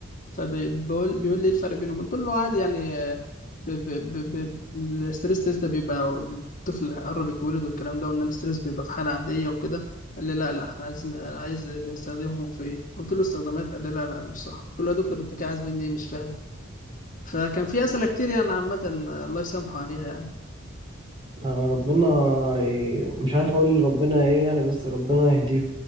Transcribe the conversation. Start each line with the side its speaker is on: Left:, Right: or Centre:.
Left: فبيقول بيقول لي ايه الفرق بينهم قلت له عادي يعني آه، ب... ب... ب... ب... الستريس تيست ده بيبقى الطفل قرب يتولد والكلام ده وان الستريس بيبقى في حاله عاديه وكده قال لي لا لا احنا عايزين انا عايز بنستخدمهم في ايه قلت له استخدامات قال لي لا لا مش صح قلت له يا دكتور انت كده عايز مني ايه مش فاهم فكان في اسئله كتير يعني عامه آه، الله يسامحه عليها يعني
Right: آه، ربنا ي- مش عارف أقول ربنا إيه يعني بس ربنا يهديهم